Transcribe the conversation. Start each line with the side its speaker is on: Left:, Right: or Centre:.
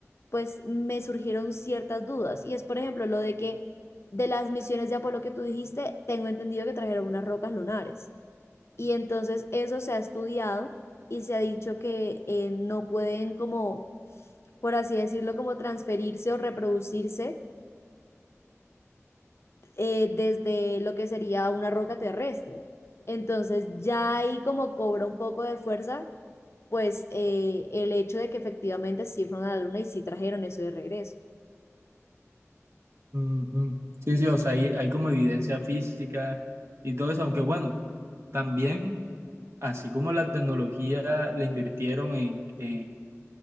Left: pues me surgieron ciertas dudas y es por ejemplo lo de que de las misiones de Apolo que tú dijiste, tengo entendido que trajeron unas rocas lunares y entonces eso se ha estudiado y se ha dicho que eh, no pueden como por así decirlo, como transferirse o reproducirse eh, desde lo que sería una roca terrestre. Entonces ya ahí como cobra un poco de fuerza, pues eh, el hecho de que efectivamente sí fueron a la luna y sí trajeron eso de regreso.
Right: Ujú. Sí, sí, o sea, hay, hay como evidencia física y todo eso, aunque bueno, también, así como la tecnología la invirtieron en, en